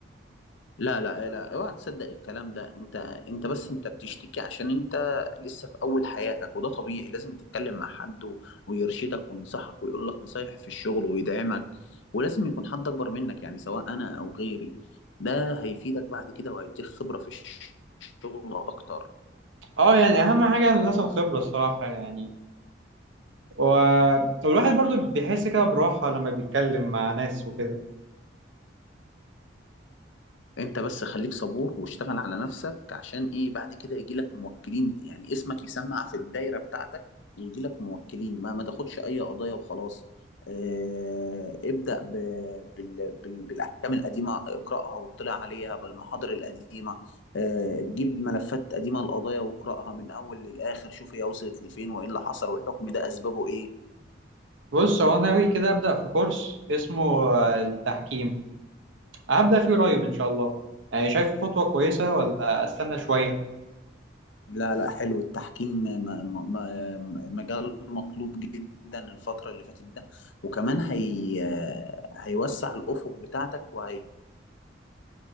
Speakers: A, on the left; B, on the right.
A: لا لا لا اوعى تصدق الكلام ده انت انت بس انت بتشتكي عشان انت لسه في اول حياتك وده طبيعي لازم تتكلم مع حد و... ويرشدك وينصحك ويقول لك نصايح في الشغل ويدعمك ولازم يكون حد اكبر منك يعني سواء انا او غيري ده هيفيدك بعد كده وهيديك خبرة في الشغل اكتر
B: اه يعني اهم حاجه الناس الخبره الصراحه يعني و... والواحد برضو بيحس كده براحه لما بيتكلم مع ناس وكده
A: انت بس خليك صبور واشتغل على نفسك عشان ايه بعد كده يجي لك موكلين يعني اسمك يسمع في الدايرة بتاعتك ويجي لك موكلين ما ما تاخدش اي قضايا وخلاص اه ابدأ ب... بال... بال... بالاحكام القديمة اقرأها واطلع عليها بالمحاضر القديمة اه جيب ملفات قديمة القضايا واقرأها من اول للاخر شوف هي وصلت لفين وايه اللي حصل والحكم ده اسبابه ايه
B: بص هو أنا ناوي كده ابدا في كورس اسمه آه، التحكيم هبدا فيه قريب ان شاء الله يعني شايف خطوه كويسه ولا استنى شويه
A: لا لا حلو التحكيم م- م- م- مجال مطلوب جدا الفترة اللي فاتت ده وكمان هي هيوسع الأفق بتاعتك وهي